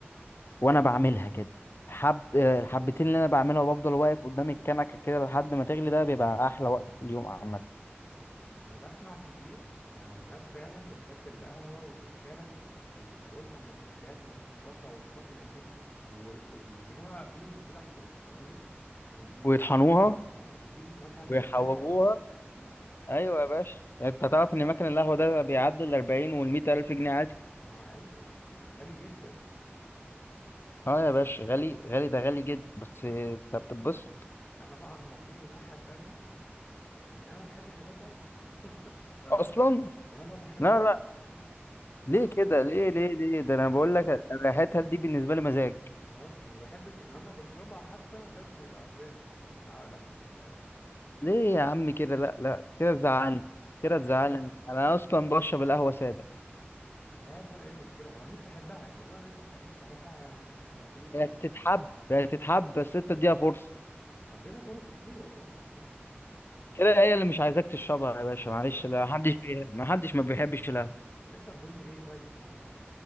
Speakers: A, on the left; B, on the left.
A: وانا بعملها كده الحب آه، الحبتين اللي انا بعملها وبفضل واقف قدام الكنكه كده لحد ما تغلي ده بيبقى احلى وقت في اليوم عامه
B: أنا بسمع كتير إن عن ناس فعلا بتحب القهوة وفعلا بيشتروا لها معدات مخصصة وكوفي ماشين و- وبيجيبوها بينز كده حبوب فاهمني ويجيب
A: ويطحنوها
B: آه بيجيبوا مكان
A: ويحوجوها
B: <laughs> معين مم.
A: ايوه يا باشا انت تعرف ان مكان القهوه ده بيعدي ال 40 وال 100 الف جنيه عادي
B: اه ايوه يعني غالي جدا
A: اه يا باشا غالي غالي ده غالي جدا بس انت بتتبسط
B: انا بقى على النقيض الناحيه التانيه يعني انا ما بحبش ريحتها اه
A: اصلا
B: ولا بحب
A: لا
B: طعمها
A: لا ليه كده ليه ليه ليه ده
B: ما
A: انا
B: بحب
A: بقول لك ريحتها دي بالنسبه لي مزاج
B: ما اعرفش ما بحبش لما بشربها حتى لازم يبقى فرنش مثلا معاها لبن فاهم
A: ليه يا عم كده لا لا
B: ما
A: كده
B: اعرفش
A: تزعلني
B: ما اعرفش
A: كده تزعلني
B: أعمل-
A: انا اصلا بشرب القهوه ساده
B: مش عارف انا ايه المشكله والله نفسي احبها يا والله انا نفسي نفسي احبها يا محمد يا صديقي
A: هي
B: والله
A: تتحب هي تتحب بس انت اديها فرصه
B: عديتها فرص كتير والله
A: كده هي اللي مش عايزاك تشربها يا باشا
B: <laughs> بالظبط
A: معلش لا محدش بي... محدش ما بيحبش القهوه
B: انت بتشرب بني ايه طيب مثلا